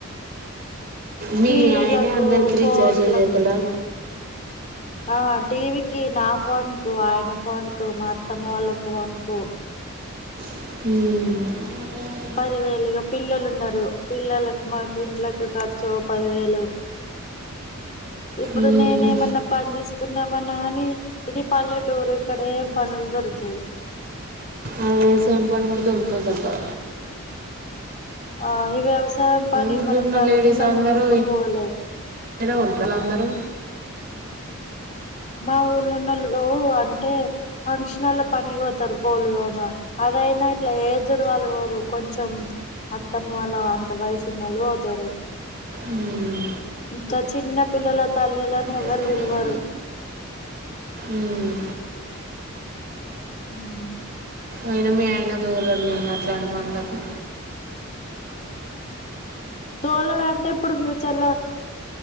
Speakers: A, on the right (about 45°); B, on the left (about 35°).
A: మీ
B: టీవీలకు
A: ఆయనే అందరికి
B: ఫోన్లకు
A: రీఛార్జ్లు జేత్తడా
B: ఆ టీవీకి నా ఫోనుకు ఆయన ఫోనుకు మా అత్తమ్మ వాళ్ళ ఫోన్ కు
A: హుమ్
B: పదివేలిగా పిల్లలున్నరు పిల్లలకు మాకు ఇంట్లకు ఖర్చు ఓ పదివేలు ఇప్పుడు
A: మ్మ్హ్మ్.
B: నేనేమన్న పంజేసుకున్నా మన్న గాని ఇది పల్లెటూరు ఇక్కడేం పనులుదొరుకయ్
A: ఆ ఎవుసాయం పని గూడా దొరకుతదో దొరకదో
B: ఆ ఈ వ్యవసాయం పని
A: ఊళ్ళో
B: మనం
A: ఉన్న
B: చదువుకున్నోళ్ళం
A: లేడీస్ అందరూ
B: ఎప్పుడు ఓలే
A: ఇంట్లోనే ఉంటారు అందరూ
B: మా ఊళ్ళున్నోళ్లు గో అంటే ఫంక్షనల్ల పనికివోతారు బోల్లుదోమ ఎరైనా ఇట్లా ఏజ్డ్ వాళ్ళు ఓరు కొంచెం అత్తమ్మ వాళ్ళ వంత వయసున్నోళ్ళు ఓతారు
A: ఉమ్మ్
B: ఇంత చిన్న పిల్లల తల్లులని
A: డ్రెస్
B: ఎవరు
A: కట్టేసి
B: పిలవరు
A: ఉమ్.
B: మ్మ్
A: అయినా మీ ఆయన దూలోడు లే నిన్ను అట్లా వెళ్ళమనడు
B: దూలోడంటే ఇపుడు ఫ్యూచర్లా